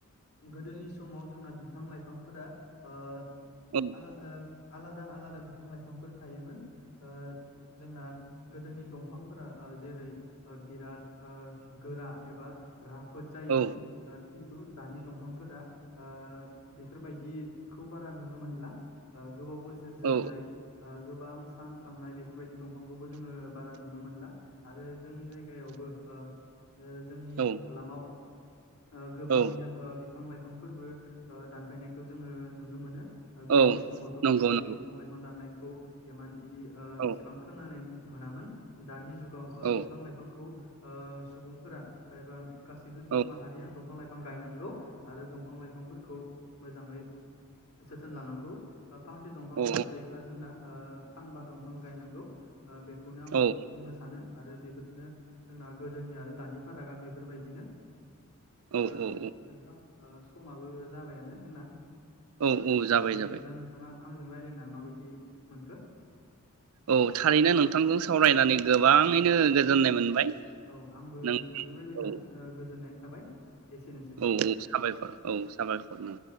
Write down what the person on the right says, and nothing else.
औ
औ
औ
औ
औ
औ
नंगौ
नंगौ
औ
औ
औ
औ
औ
औ
औ
औ औ जाबाय
जाबाय।
औ थारैनो नोंथांजों सावरायनानै गोबाङैनो गोजोननाय मोनबाय।
नों
औ
औ औ साबायखर औ साबायखर नों